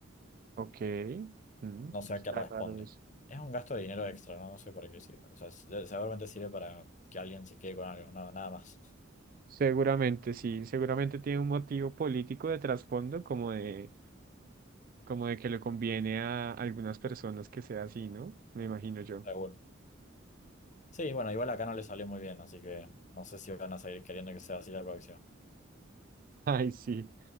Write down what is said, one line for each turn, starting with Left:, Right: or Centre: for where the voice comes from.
Right: Ok, mm,
Left: No sé a qué
Right: está
Left: responde.
Right: raro eso.
Left: Es un gasto de dinero extra, no, no sé para qué sirve. O sea, se- seguramente sirve para que alguien se quede con algo, nada, nada más.
Right: Seguramente, sí, seguramente tiene un motivo político de trasfondo, como de, como de que le conviene a algunas personas que sea así, ¿no? Me imagino yo. <laughs>
Left: Seguro. Sí, bueno, igual acá no le salió muy bien, así que no sé si van a seguir queriendo que sea así la próxima.
Right: Ay, sí.